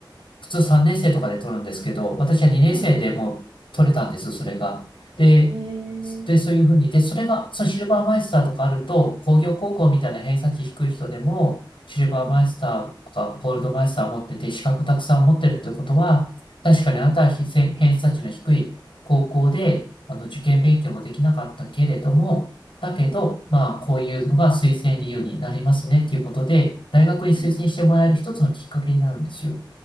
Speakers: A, on the left; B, on the right.
A: 普通3年生とかで取るんですけど、私は2年生でもう取れたんです、
B: はい。
A: それが。で、
B: ええ
A: で、そういうふうに、で、それが、そのシルバーマイスターとかあると、工業高校みたいな偏差値低い人でも、シルバーマイスターとかゴールドマイスター持ってて、
B: うん、
A: 資格たくさん持ってるってことは、確かにあなたは非偏偏差値の低い高校で、
B: うん、
A: あの、受験勉強もできなかったけれども、だけど、
B: うん、
A: まあ、こういうのが推薦理由になりますねっていうことで、大学に推薦してもらえる一つのきっかけになるんですよ。
B: うん。